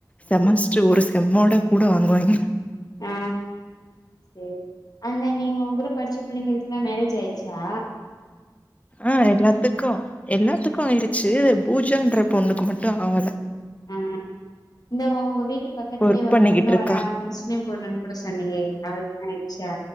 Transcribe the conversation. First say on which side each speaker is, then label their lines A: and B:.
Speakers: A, on the left; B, on the left.
A: செமஸ்டர் ஒரு செம்மோட கூட வாங்குவாங்க
B: ஆ சேர் அந்த நீ உன் கூட படிச்ச பிள்ளைங்களுக்கெல்லாம் மேரேஜ் ஆய்டுச்சா
A: ஆ எல்லாத்துக்கும் எல்லாத்துக்கும் ஆய்டுச்சு பூஜான்ற பொண்ணுக்கு மட்டும் ஆகல
B: ஆ இந்த உங்க வீட்டு பக் பக்கத்துலேயே
A: ஒர்க்
B: ஒரு
A: பண்ணிக்கிட்ருக்கா
B: பொண்ணு வரா முஸ்லிம் பொண்ணுன்னு கூட சொன்னீயே அவளுக்கு கல்யாணம் ஆய்டுச்சா